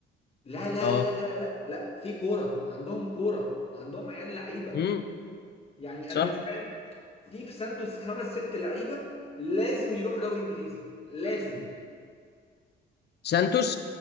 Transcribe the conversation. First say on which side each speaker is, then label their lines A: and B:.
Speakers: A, on the left; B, on the left.
A: لا لا
B: اه
A: لا لا لا لا في كوره عندهم كوره عندهم عيال لعيبه
B: امم
A: يعني
B: صح
A: انا مش فاهم في في سانتوس خمس ست لعيبه لازم يروحوا دوري انجليزي لازم
B: سانتوس